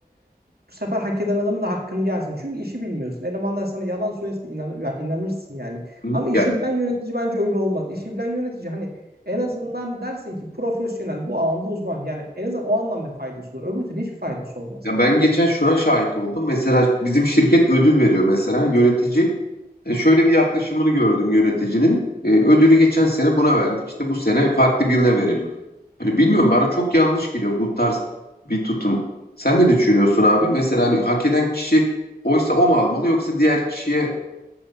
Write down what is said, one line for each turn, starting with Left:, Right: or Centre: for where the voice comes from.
Right: bu sefer hak eden adamın da hakkını gelsin. Çünkü işi bilmiyorsun. Elemanlar sana yalan söylesin inanır, ya inanırsın yani.
Left: Hı?
Right: Ama işi
Left: Yani
Right: bilen yönetici bence öyle olmaz. İşi bilen yönetici hani en azından dersin ki profesyonel bu alanda uzman. Yani en azından o anlamda faydası olur. Öbür türlü hiçbir faydası olmaz.
Left: Ya ben geçen şuna şahit oldum. Mesela bizim şirket ödül veriyor mesela yönetici. e, şöyle bir yaklaşımını gördüm yöneticinin. E, ödülü geçen sene buna verdik. İşte bu sene farklı birine verelim. Hani bilmiyorum bana çok yanlış geliyor bu tarz bir tutum. Sen ne düşünüyorsun abi? Mesela hani hak eden kişi oysa o mu almalı yoksa diğer kişiye